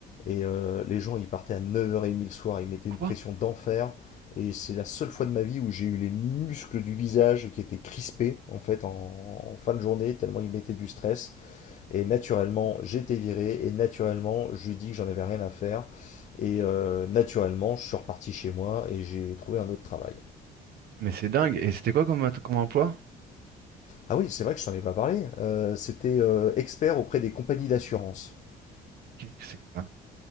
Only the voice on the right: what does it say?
Quoi?
Mais c'est dingue. Et c'était quoi comme, comme emploi?
Qu'est-ce que c'est que ça?